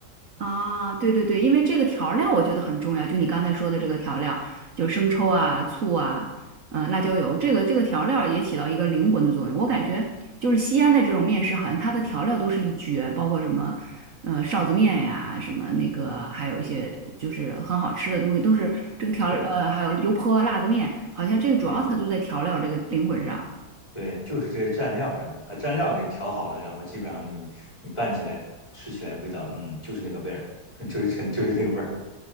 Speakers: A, on the right (about 60°); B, on the left (about 15°).
A: 啊，对对对，因为这个调料我觉得很重要，就你刚才说的这个调料，就生抽啊、
B: 嗯
A: 醋啊、呃辣椒油，这个这个调料也起到一个灵魂的作用。我感觉就是西安的这种面食，好像它的调料都是一绝，包括什么呃臊子面呀、什么那个，
B: 嗯，
A: 还有一些就是很好吃的东西，都是这个调呃还有油泼辣子面，
B: 对
A: 好像这个主要它就在调料这个灵魂上。
B: 对。对，就是这些蘸料上面，把蘸料给调好了，然后基本上你你拌起来吃起来味道，嗯，就是那个味儿，<laughs> 就是就是那个味儿